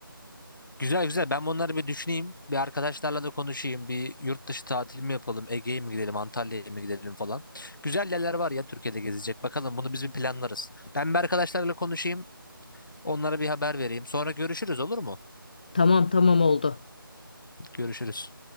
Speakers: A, on the left (about 60°); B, on the left (about 20°).
A: Güzel güzel. Ben bunları bir düşüneyim. Bir arkadaşlarla da konuşayım. Bir yurt dışı tatil mi yapalım? Ege'ye mi gidelim? Antalya'ya mı gidelim falan. Güzel yerler var ya Türkiye'de gezecek. Bakalım bunu biz bir planlarız. Ben bir arkadaşlarla konuşayım. Onlara bir haber vereyim. Sonra görüşürüz olur mu?
B: Tamam tamam oldu.
A: Görüşürüz.